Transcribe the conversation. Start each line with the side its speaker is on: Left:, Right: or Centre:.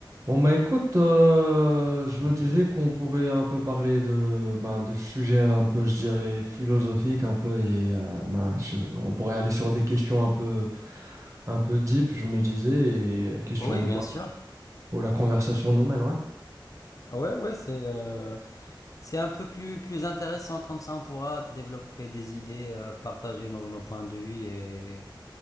Right: Bon bah écoute, euh, je
Left: Mhm.
Right: me disais qu'on pouvait un peu parler de ben, de sujets un peu, je dirais, philosophiques un peu et euh, ben, je- on pourrait aller sur des questions un peu un peu deep, je me disais, et euh, question
Left: Oui,
Right: de
Left: bien
Right: voir
Left: sûr.
Right: où la conversation nous mène, ouais.
Left: Ah Ouais, ouais, c'est euh, c'est un peu plus, plus intéressant comme ça, on pourra développer des idées, euh, partager nos, nos points de vue et